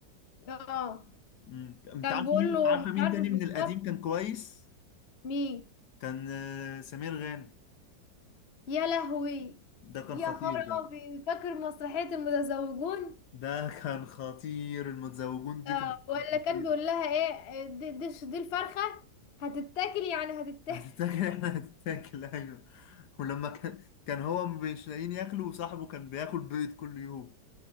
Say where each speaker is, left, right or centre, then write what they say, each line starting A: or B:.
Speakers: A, on the left; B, on the left.
A: اه
B: مم. انت
A: كان
B: عارفه
A: بيقول
B: مين
A: له
B: عارفه
A: مش
B: مين
A: عارفة
B: تاني من
A: في الشهر
B: القديم كان كويس
A: مين
B: كان آه، سمير غانم
A: يا لهوي
B: ده كان
A: يا
B: خطير
A: خرابي
B: ده
A: فاكر مسرحية المتزوجون
B: ده كان خطير المتزوجون دي
A: اه
B: كانت
A: ولا
B: خطير
A: كان بيقول لها ايه دي, دي, دي الفرخة هتتاكل يعني هتتاكل
B: هتتاكل <laughs> احنا هتتاكل ايوه ولما كان كان هو مش لاقيين ياكلوا وصاحبه كان بياكل بيض كل يوم